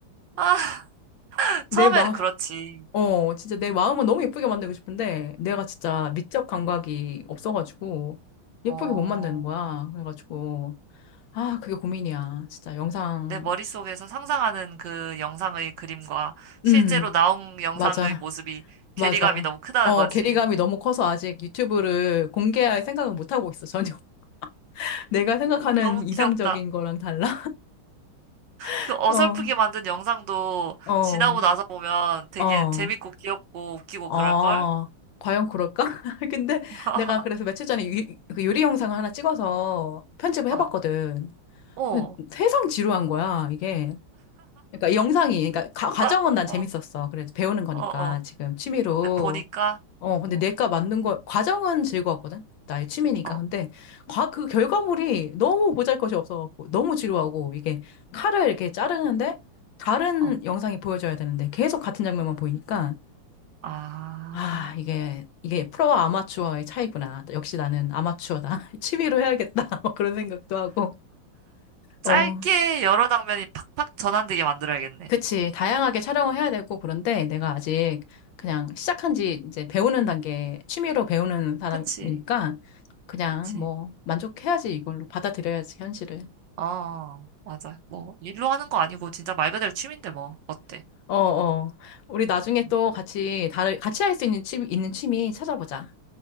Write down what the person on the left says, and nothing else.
내
마,
어, 진짜 내 마음은 너무 예쁘게 만들고 싶은데, 내가 진짜 미적 감각이 없어가지고, 예쁘게
못 만드는 거야. 그래가지고, 아, 그게 고민이야. 진짜 영상,
음,
맞아,
맞아.
어,
괴리감이 너무 커서 아직 유튜브를 공개할 생각은 못 하고 있어, 전혀. <laughs> 내가 생각하는
이상적인
거랑 달라? <laughs>
어,
어,
어,
어.
과연 그럴까? <laughs> 근데
내가 그래서 며칠 전에 유, 그 요리 영상을 하나 찍어서 편집을 해봤거든.
근데 세상 지루한 거야, 이게. 그러니까 영상이, 그러니까 가, 과정은
난 재밌었어.
그래도 배우는 거니까
지금 취미로.
어, 근데
내가 만든 거, 과정은 즐거웠거든? 나의 취미니까.
근데 과, 그 결과물이 너무 보잘것이 없어갖고, 너무 지루하고, 이게 칼을 이렇게 자르는데, 다른
영상이 보여줘야 되는데, 계속 같은 장면만 보이니까,
아, 이게, 이게 프로와 아마추어의 차이구나. 역시 나는 아마추어다. <laughs> 취미로 해야겠다. <laughs> 막 그런 생각도 하고.
어,
그치. 다양하게 촬영을 해야 되고, 그런데 내가 아직 그냥 시작한 지 이제 배우는 단계, 취미로 배우는 사람이니까
그냥
뭐 만족해야지 이걸로 받아들여야지, 현실을.
어, 어. 우리 나중에
또 같이, 다, 같이 할 수 있는 취미, 있는 취미 찾아보자.